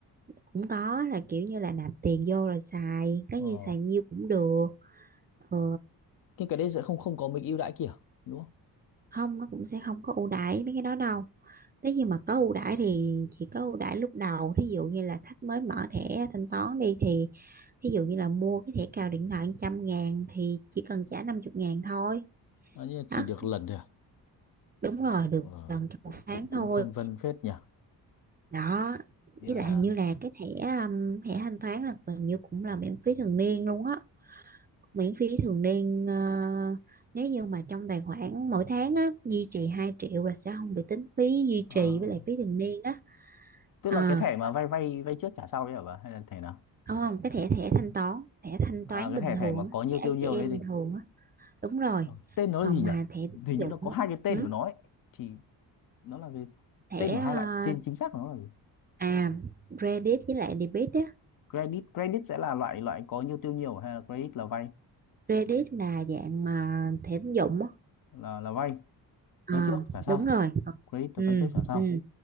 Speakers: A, on the right; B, on the left.
A: cũng có là kiểu như là nạp tiền vô rồi xài cái
B: ờ,
A: như xài nhiêu cũng được ừ,
B: nhưng cái đấy sẽ không không có mấy ưu đãi kiểu đúng không
A: không nó cũng sẽ không có ưu đãi mấy cái đó đâu nếu như mà có ưu đãi thì chỉ có ưu đãi lúc đầu thí dụ như là khách mới mở thẻ thanh toán đi thì thí dụ như là mua cái thẻ cào điện thoại một trăm ngàn thì chỉ cần trả 50 ngàn thôi
B: ờ, à, nhưng mà
A: đó
B: chỉ được lần thôi à?
A: đúng rồi được
B: ờ,
A: gần trong
B: cũng
A: một tháng
B: cũng cũng
A: thôi
B: phân vân phết nhỉ
A: đó
B: Thế
A: với
B: là
A: lại hình như là cái thẻ um, thẻ thanh toán là gần như cũng là miễn phí thường niên luôn á miễn phí thường niên ờ, nếu như mà trong tài khoản mỗi tháng á duy trì 2 triệu là sẽ không bị tính phí duy
B: À,
A: trì với lại phí thường niên á
B: tức
A: à
B: là cái thẻ mà vay vay vay trước trả sau đấy hả bà hay là thẻ nào
A: không không cái thẻ thẻ thanh toán thẻ thanh toán
B: à, cái
A: bình
B: thẻ thẻ
A: thường
B: mà
A: á
B: có nhiều
A: thẻ
B: tiêu
A: ATM
B: nhiều đấy gì
A: bình thường á đúng rồi
B: Ờ, tên nó là
A: còn
B: gì nhỉ
A: mà thẻ tín
B: hình
A: dụng
B: như nó có
A: á,
B: hai cái tên
A: ừ,
B: của nó ấy thì nó là về
A: thẻ
B: tên của
A: ờ,
B: hai loại trên chính xác của nó là gì
A: à credit với lại debit á
B: credit credit sẽ là loại loại có nhiều tiêu nhiều hay là credit là vay
A: Credit là dạng mà thẻ tín dụng á.
B: là là vay
A: À,
B: vay trước trả sau
A: đúng rồi. Còn-
B: credit là
A: Ừ,
B: vay trước trả sau
A: ừ,